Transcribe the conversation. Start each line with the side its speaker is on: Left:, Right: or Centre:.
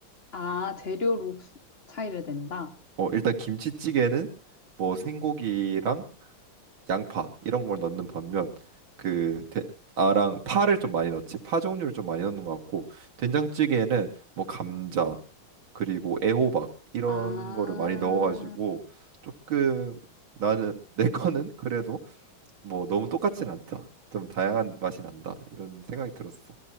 Left: 아, 재료로 차이를 낸다?
Right: 어 일단 김치찌개는 뭐 생고기랑 양파 이런 걸 넣는 반면 그 대- 아랑 파를 좀 많이 넣지 파 종류를 좀 많이 넣는 것 같고 된장찌개에는 뭐 감자 그리고 애호박 이런
Left: 아.
Right: 거를 많이 넣어가지고 조금 나는 <laughs> 내 거는 그래도 뭐 너무 똑같진 않다 좀 다양한 맛이 난다 이런 생각이 들었어